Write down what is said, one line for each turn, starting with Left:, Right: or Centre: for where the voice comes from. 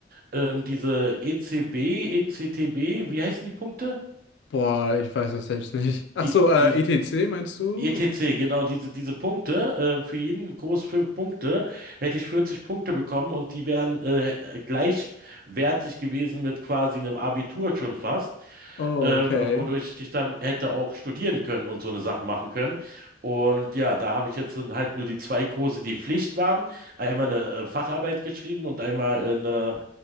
Right: ähm, diese ECB, ECTB, wie heißen die Punkte?
Left: Boah, ich weiß das selbst nicht. Ach
Right: Die,
Left: so, äh,
Right: die
Left: ETC meinst du?
Right: ETC, genau, diese, diese Punkte, äh, für jeden Kurs fünf Punkte, hätte ich 40 Punkte bekommen und die wären äh, gleichwertig gewesen mit quasi einem Abitur schon fast,
Left: Oh,
Right: ähm,
Left: okay.
Right: wodurch ich dann hätte auch studieren können und so eine Sache machen können. Und ja, da habe ich jetzt dann halt nur die zwei Kurse, die Pflicht waren, einmal eine äh, Facharbeit geschrieben und einmal eine